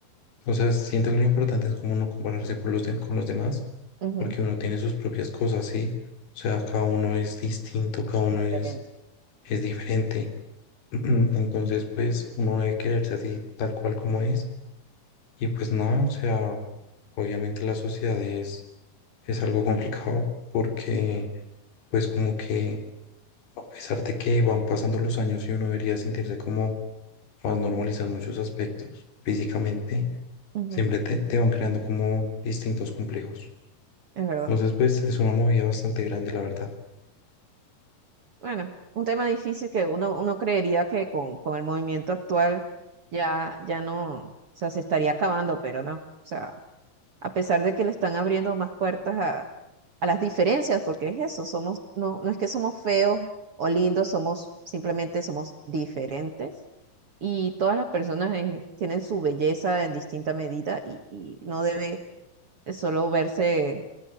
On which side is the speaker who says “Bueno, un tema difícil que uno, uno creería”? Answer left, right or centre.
Right